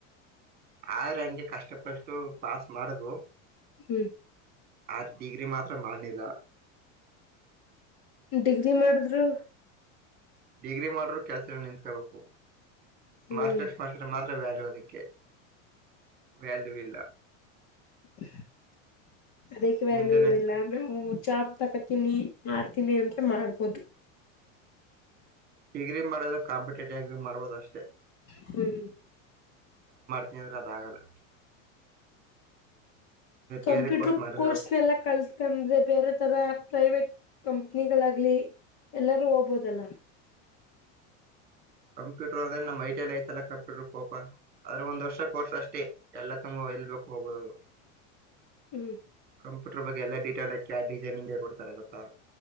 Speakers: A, on the right; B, on the left.
A: ಆದ್ರ ಹಂಗೆ ಕಷ್ಟಪಷ್ಟು ಪಾಸ್ ಮಾಡುದು
B: ಹ್ಮ್
A: ಆ ಡಿಗ್ರಿ ಮಾತ್ರ ಮಾಡಿಲ್ಲ
B: ಡಿಗ್ರಿ ಮಾಡಿದ್ರು
A: ಡಿಗ್ರಿ ಮಾಡ್ರರು ಕೆಲ್ಸ ಎ ನಿಂತ್ಕೋಬೇಕು
B: ಹ್ಮ್
A: ಮಾಸ್ಟರ್ಸ್ ಮಾಡ್ಸ್ರೆ ಮಾತ್ರ ವ್ಯಾಲ್ಯೂ ಅದಕ್ಕೆ ವ್ಯಾಲ್ಯೂ ಇಲ್ಲ
B: <inaudible> ಅದಕ್ಕೆ ವ್ಯಾಲ್ಯೂ
A: ನಿಮ್ದೇನಯ್ತು
B: ಇಲ್ಲ ಜಾಬ್ ತಕತೀನಿ ಮಾಡ್ತೀನಿ ಅಂದ್ರೆ ಮಾಡ್ಬೋದು
A: ಡಿಗ್ರಿ ಮಾಡೋದು ಕಾಂಪಿಟೇಟಿವ್ ಆಗಿ ಮಾಡೋುದು ಅಷ್ಟೇ
B: ಹ್ಮ್
A: ನೀ ಅಂದ್ರೆ ಅದ ಆಾಗಲ್ಲ
B: ಕಂಪ್ಯೂಟರ್
A: ಬೇರೆ ಮಾಡಿರ್ಬೇಕು
B: ಕೋರ್ಸ್ ಎಲ್ಲ ಕಲ್ತ್ಕಂದ್ರೆ ಬೇರೆ ತರ ಪ್ರೈವೇಟ್ ಕಂಪನಿಗಳಾಗ್ಲಿ ಎಲ್ಲಾರೂ ಹೋಗ್ಬೋದಲ್ಲ
A: ಕಂಪ್ಯೂಟರ್ ಅಂದ್ರೆ ನಮ್ ಐಟಲ್ ಐ್ತಲ್ಲ ಕಂಪ್ಯೂಟರ್ ಕೋಪ ಆದ್ರೆ ಒಂದ್ ವರ್ಷ ಕೋರ್ಸ್ ಅಷ್ಟೇ ಎಲ್ಲ ತುಂಬ ಇಲ್ಬೇಕು ಹೋಗಬೋುದು ಅದು
B: ಹ್ಮ್
A: ಕಂಪ್ಯೂಟರ್ ಬಗ್ಗೆಟೇಲ್ಯ ಡಿಸೈನಿಂಗ್ ಕೊಡ್ತಾರೆ ಗೊತ್ತಾ